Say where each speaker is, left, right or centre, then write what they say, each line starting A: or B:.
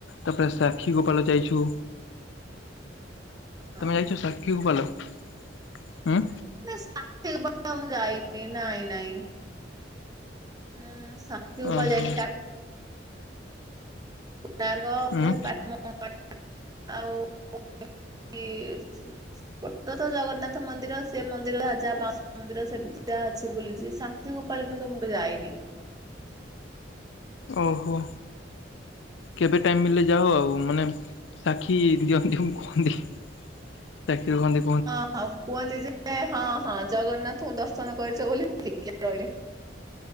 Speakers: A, on the left; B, on the right.
A: ତାପରେ ସାକ୍ଷୀ ଗୋପାଳ ଯାଇଛୁ।
B: ହଁ
A: ତମେ ଯାଇଛ ସାଖି ଗୋପାଲ ଉଁ?
B: ନା ସାଖି ଗୋପାଳ ମୁଁ ଯାଇନି ନାଇଁ ନାଇଁ। ମୁଁ ସାକ୍ଷୀ ଗୋପାଳ
A: ଓହୋ
B: ଜାଇନି କା କୋଣାର୍କ
A: ଉଁ
B: ଏ ବାଟମଙ୍ଗଳା ଆଉ <unintelligible> ପତଥ ଜଗନ୍ନାଥ ମନ୍ଦିର ସେ ମନ୍ଦିର ରାଜା ପା ମନ୍ଦିର ସେମିତି ଯାହା ଅଛି ବୁଲିଛି ସାକ୍ଷୀ ଗୋପାଳ କିନ୍ତୁ ମୁଁ ତ ଯାଇନି
A: ଓହୋ କେବେ ଟାଇମ୍ ମିଳିଲେ ଯାଅ ଆଉ ମାନେ ସାକ୍ଷୀ ଦିଅନ୍ତି ମୁ କୁହନ୍ତି ଚାକି ରଖନ୍ତି
B: ହଁ ହଁ କୁହନ୍ତି ଯେ ହଁ ହଁ ଜଗନ୍ନାଥ ଙ୍କୁ ଦର୍ଶନ କରିଛ ବୋଲି ଦେଖିକ ରହିଲେ